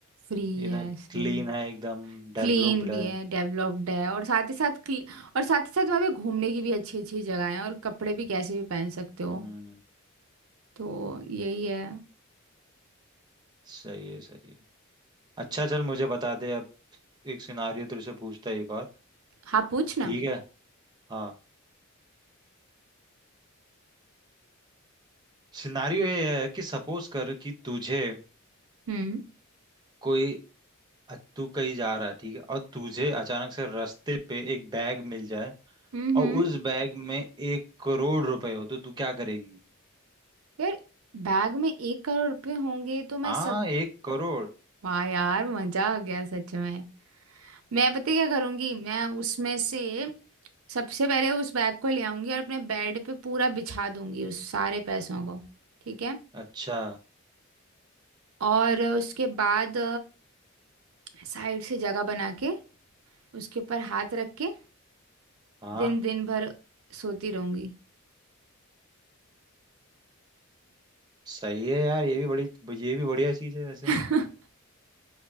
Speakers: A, on the right (about 75°); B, on the right (about 20°).
A: फ्री
B: यू
A: है
B: नो
A: सही
B: क्लीन है एकदम डेवलप्ड
A: क्लीन भी
B: है
A: है डेवलप्ड है और साथ ही साथ clean- और साथ ही साथ वहाँ पे घूमने की भी अच्छी अच्छी जगह है और कपड़े भी कैसे भी पहन सकते हो
B: हम्म
A: तो यही है
B: सही है सही है अच्छा चल मुझे बता दे अब एक सिनारियो तेरे से पूछता है एक और
A: हाँ पूछना
B: ठीक है हाँ सिनारियो ये है कि सपोज कर कि तुझे
A: हम्म
B: कोई अ- तू कहीं जा रहा है ठीक है और तुझे अचानक से रास्ते पे एक बैग मिल जाए
A: हम्म
B: और
A: हम्म।
B: उस बैग में एक करोड़ रुपए हो तो तू क्या करेगी
A: यार बैग में एक करोड़ रुपए होंगे तो मैं
B: हाँ
A: सब
B: एक करोड़
A: वाह यार मजा आ गया सच में मैं पता है क्या करूंगी मैं उसमें से सबसे पहले उस बैग को ले आऊंगी और अपने बेड पे पूरा बिछा दूंगी उस सारे पैसों को ठीक है
B: अच्छा
A: और उसके बाद साइड से जगह बना के उसके ऊपर हाथ रख के
B: हाँ
A: दिन दिन भर सोती रहूंगी
B: सही है यार ये भी बड़ी ये भी बढ़िया चीज़ है वैसे
A: <laughs>